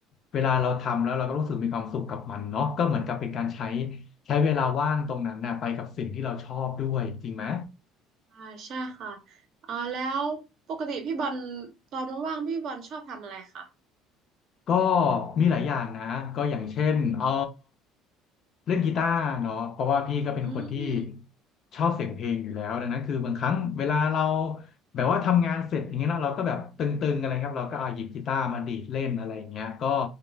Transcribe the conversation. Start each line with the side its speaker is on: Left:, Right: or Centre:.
Left: เวลาเราทำแล้วเราก็รู้สึกมีความสุขกับมันเนาะก็เหมือนกับเป็นการใช้ ใช้เวลาว่างตรงนั้นน่ะไปกับสิ่งที่เราชอบด้วยจริงไหม
Right: อ่าใช่ค่ะอ๋อแล้วปกติพี่บอลตอนว่างๆพี่บอลชอบทำอะไรคะ
Left: ก็มีหลายอย่างนะก็อย่างเช่นเออเล่นกีตาร์เนาะเพราะว่าพี่ก็เป็นคนที่
Right: อืม
Left: ชอบเสียงเพลงอยู่แล้วดังนั้นคือบางครั้งเวลาเรา
Right: ค่ะ
Left: แบบว่าทำงานเสร็จอย่างเงี้ยเนาะเราก็แบบตึงๆอะไรครับเราก็เอาหยิบกีตาร์มาดีดเล่นอะไรอย่างเงี้ยก็